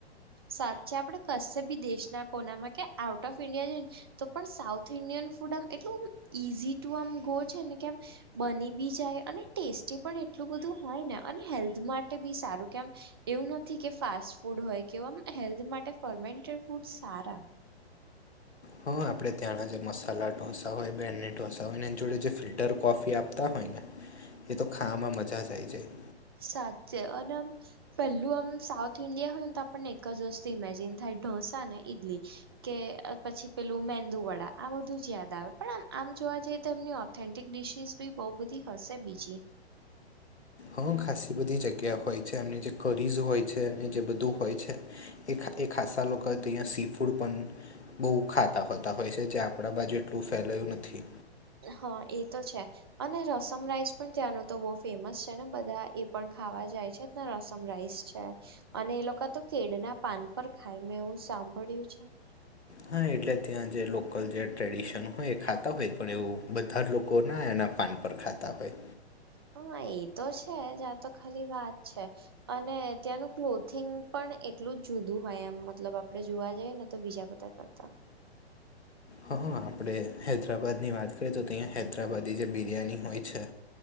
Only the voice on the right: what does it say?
સાચે આપડે કશ બી દેશના કોનામાં કે આઉટ ઓફ ઈન્ડિયા જયે તો પણ સાઉથ ઇન્ડિયન ફૂડ આમ એટલું ઈઝી ટુ આમ ગો છે ને કેમ બની બી જાય અને ટેસ્ટી પણ એટલું બધું હોય ને અને હેલ્થ માટે બી સારું કેમ એવું નથી કે ફાસ્ટ ફૂડ હોય કે મ હેલ્થ માટે ફમેન્ટડ ફૂડ સારા
સાચે અને આમ પેલું આમ સાઉથ ઇન્ડિયા હોય ને તો આપણને એક જ વસ્તુ ઇમેજિન થાય ઢોસા ને ઇડલી કે પછી પેલું મેંદુ વડા આ બધું જ યાદ આવે પણ આમ આમ જોવા જઈએ તો એમની ઓ ઓથેન્ટિક ડિશિસ બી બહુ બધી હશે બીજી
હા એ તો છે અને રસમ રાઈસ પણ ત્યાંનું તો બોહ ફેમસ છે ને બધા એ પણ ખાવા જાય છે ને રસમ રાઈસ છે અને એ લોકો તો કેડના પાન પર ખાય મેં એવું સાંભળ્યું છે
હા એ તો છે જ આ તો ખાલી વાત છે અને ત્યાંનું ક્લોથિંગ પણ એટલું જ જુદું હોય એમ મતલબ આપણે જોવા જઈએ ને તો બીજા બધા કરતા